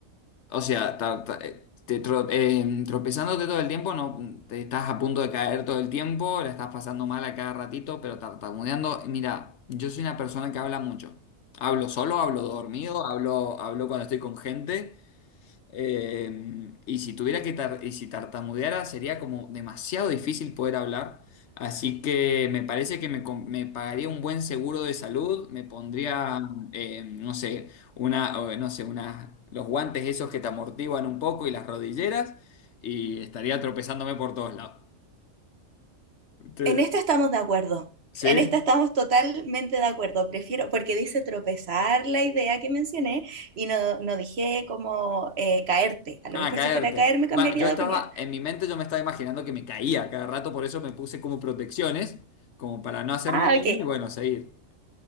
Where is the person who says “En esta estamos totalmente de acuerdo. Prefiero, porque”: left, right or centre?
Right